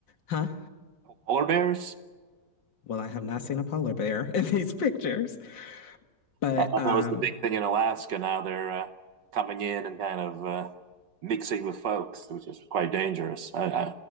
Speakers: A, on the left; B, on the right.
A: huh?
B: polar bears.
A: Well, I have not seen a polar bear <laughs> in these pictures, but,
B: I thought
A: um,
B: that was the big thing in Alaska. Now they're uh, coming in and kind of uh, mixing with folks, which is quite dangerous. I, I,